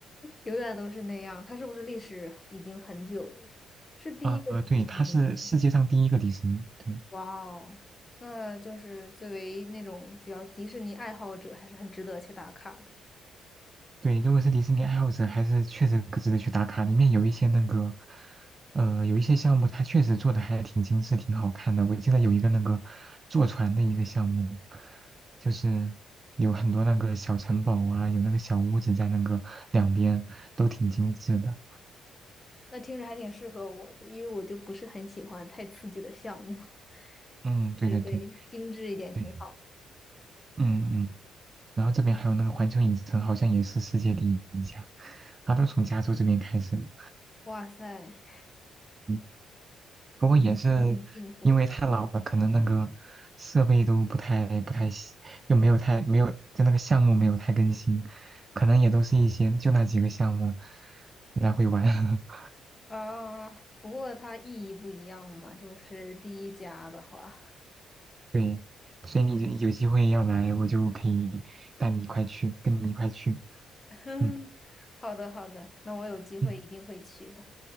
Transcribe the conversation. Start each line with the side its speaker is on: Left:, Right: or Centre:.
Left: 永远都是那样，它是不是历史已经很久了？是第一个迪士尼吗？
Right: 啊、对，它是世界上第一个迪士尼，对，
Left: 哇哦，那就是作为那种比较迪士尼爱好者，还是很值得去打卡的。
Right: 对，如果是迪士尼爱好者，还是确实值得去打卡。里面有一些那个，呃，有一些项目，它确实做的还挺精致、挺好看的。我记得有一个那个坐船的一个项目，就是有很多那个小城堡啊，有那个小屋子在那个两边，都挺精致的。
Left: 那听着还挺适合我的，因为我就不是很喜欢太刺激的项目。
Right: 嗯，
Left: 对对，
Right: 对对对
Left: 精致一点挺好。
Right: 对，嗯嗯。然后这边还有那个环球影城，好像也是世界第一家，它都从加州这边开始的。
Left: 哇塞，
Right: 嗯不过也是因为太老了，
Left: 挺幸福的
Right: 可能那个设备都不太不太新，就没有太没有就那个项目没有太更新，可能也都是一些就那几个项目来回玩。<laughs>
Left: 啊！不过它意义不一样嘛，就是第一家的话，
Right: 对，所以你有有机会要来，我就可以带你一块去，跟你一块去。
Left: <laughs>
Right: 嗯
Left: 好的好的，那我有机会一定会去的。
Right: 嗯